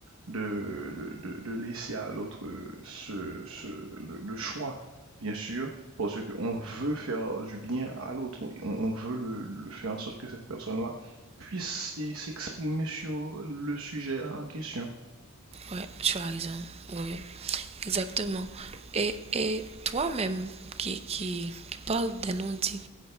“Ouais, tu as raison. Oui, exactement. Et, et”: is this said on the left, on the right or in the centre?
Right